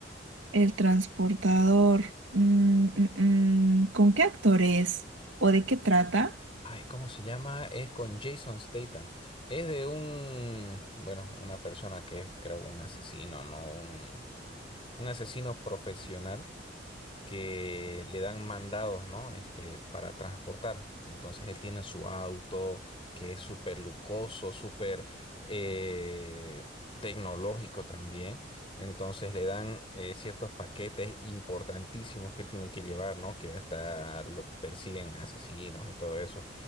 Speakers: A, on the right (about 90°); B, on the left (about 30°).
A: El transportador. mm, mm, mm, ¿Con qué actor es? ¿O de qué trata?
B: Ay, ¿cómo se llama? Es con Jason Statham. Es de un, bueno, una persona que es, creo, un asesino, ¿no? Un... un asesino profesional que le dan mandados, ¿no? Este, para transportar. Entonces él tiene su auto que es súper lujoso, súper eh, tecnológico también. Entonces le dan eh, ciertos paquetes importantísimos que él tiene que llevar, ¿no? Que hasta lo persiguen asesinos y todo eso.